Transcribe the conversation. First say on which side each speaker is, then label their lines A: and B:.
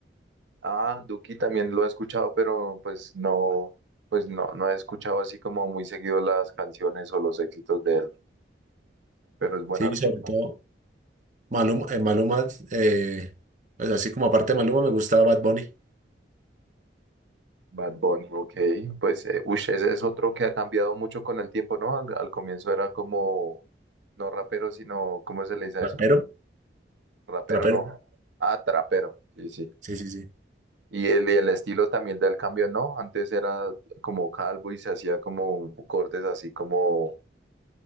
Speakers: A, on the right; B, on the right.
A: Ah, Duki también lo he escuchado, pero pues no, pues no, no he escuchado así como muy seguido las canciones o los éxitos de él, pero es buen
B: Sí,
A: artista.
B: y sobre todo Maluma, eh, Maluma, eh, pues así como aparte de Maluma me gusta Bad Bunny,
A: Bad Bunny, ok. Pues, eh, ush, ese es otro que ha cambiado mucho con el tiempo, ¿no? Al, al comienzo era como, no rapero, sino, ¿cómo se le dice a
B: trapero,
A: eso? Rapero,
B: trapero.
A: no. Ah, trapero, sí, sí.
B: Sí, sí, sí.
A: Y el, el estilo también del cambio, ¿no? Antes era como calvo y se hacía como cortes así como